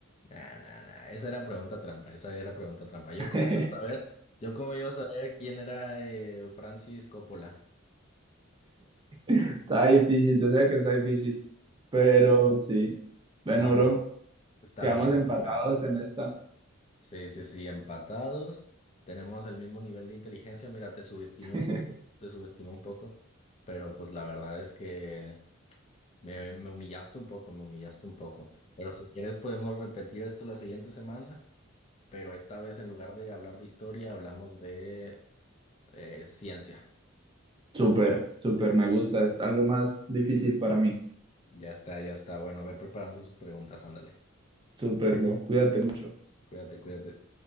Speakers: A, on the left (about 30°); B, on the right (about 25°).
A: Nah, nah, nah. Esa era pregunta trampa, esa era pregunta trampa. Yo
B: <laughs>
A: cómo iba a saber, yo cómo iba a saber quién era eh, Francis Coppola.
B: Está difícil, yo sé que está difícil, pero sí. Bueno,
A: No,
B: bro,
A: pues está
B: quedamos
A: bien,
B: empatados
A: mira.
B: en esta.
A: Sí, sí, sí, empatados. Tenemos el mismo nivel de inteligencia. Mira, te subestimé
B: <laughs>
A: un poco, te subestimé un poco, pero pues la verdad es que me, me humillaste un poco, me humillaste un poco. Pero si quieres podemos repetir esto la siguiente semana, pero esta vez en lugar de hablar de historia, hablamos de eh, ciencia.
B: Súper, súper, me gusta. Es algo más difícil para mí.
A: Ya está, ya está. Bueno, ve preparando tus preguntas, ándale.
B: Súper, bro. Cuídate mucho.
A: Cuídate, cuídate.